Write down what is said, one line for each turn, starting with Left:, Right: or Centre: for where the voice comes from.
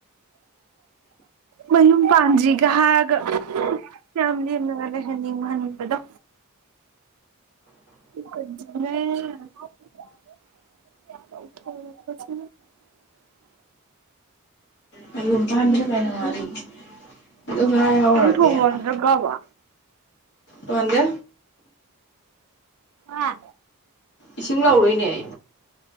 Right: ꯃꯌꯨꯝ ꯄꯥꯟꯗ꯭ꯔꯤꯒ ꯍꯥꯏꯒ ꯐꯦꯃꯤꯂꯤ ꯑꯃꯒ ꯂꯩꯍꯟꯅꯤꯡꯕ ꯍꯟꯕꯗꯣ ꯁꯤ
Left: ꯃꯌꯨꯝ ꯄꯥꯟꯗ꯭ꯔꯤ ꯀꯩꯅꯣ ꯍꯥꯏꯅꯤ ꯑꯗꯨ ꯉꯥꯏꯍꯧꯔꯒꯦꯅ
Right: ꯇꯪ ꯊꯣꯡ ꯂꯣꯟꯗ꯭ꯔꯒꯕ
Left: ꯋꯥꯗ
Right: ꯑꯥ
Left: ꯏꯁꯤꯡ ꯂꯧꯥꯎꯔꯣꯏꯅꯦ ꯑꯩ